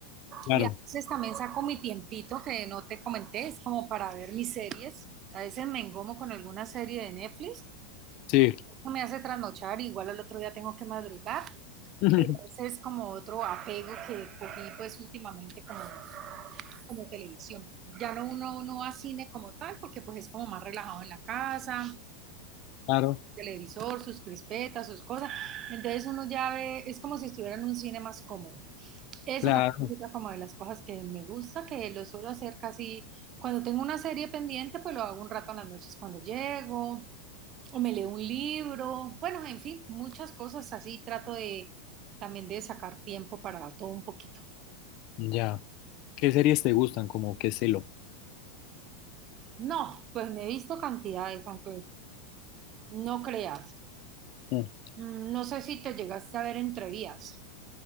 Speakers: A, on the left (about 50°); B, on the right (about 35°).
A: Claro,
B: Y a veces también saco mi tiempito que no te comenté, es como para ver mis series. A veces me engomo con alguna serie de Netflix,
A: sí,
B: eso me hace trasnochar, igual al otro día tengo que madrugar.
A: <laughs>
B: Ese es como otro apego que cogí pues últimamente como, como televisión. Ya no uno no va a cine como tal, porque pues es como más relajado en la casa,
A: claro,
B: televisor, sus crispetas, sus cosas. Entonces uno ya ve, es como si estuviera en un cine más cómodo. Esa
A: claro,
B: también es otra como de las cosas que me gusta, que lo suelo hacer casi cuando tengo una serie pendiente, pues lo hago un rato en las noches cuando llego, o me leo un libro, bueno, en fin, muchas cosas así trato de también de sacar tiempo para todo un poquito.
A: ya. ¿Qué series te gustan? Como qué celo.
B: No, pues me he visto cantidades, aunque no creas.
A: Mm.
B: Mm, No sé si te llegaste a ver Entre Vías.